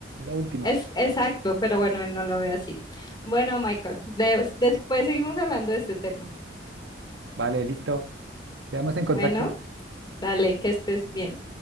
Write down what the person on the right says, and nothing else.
Lo último.
Vale, listo. Quedamos en contacto.